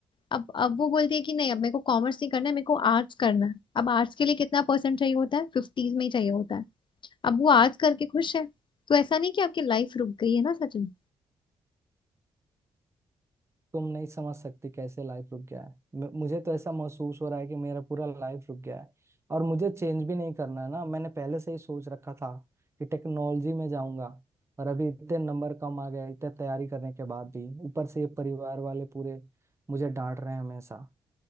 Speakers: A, on the left; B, on the right.
A: अब अब वो बोलती है कि नहीं अब मेरे को कॉमर्स नहीं करना है मेरे को आर्ट्स करना है अब आर्ट्स के लिए कितना परसेंट चाहिए होता है फिफ्टीज में ही चाहिए होता है अब वो आर्ट्स करके खुश है तो ऐसा नहीं कि आपकी लाइफ रुक गई है ना सचिन
B: तुम नहीं समझ सकती कैसे लाइफ रुक गया है म- मुझे तो ऐसा महसूस हो रहा है कि मेरा पूरा लाइफ रुक गया है और मुझे चेंज भी नहीं करना है ना मैंने पहले से ही सोच रखा था कि टेक्नोलॉजी में जाऊंगा और अभी इतने नंबर कम आ गए इतने तैयारी करने के बाद भी ऊपर से ये परिवार वाले पूरे मुझे डांट रहे हैं हमेशा